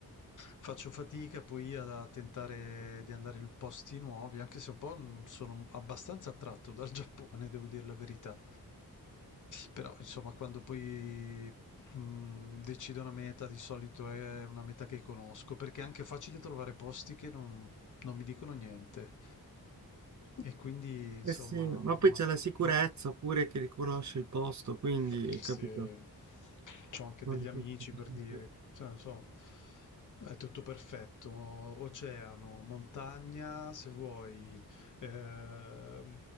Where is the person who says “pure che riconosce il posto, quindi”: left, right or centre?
Right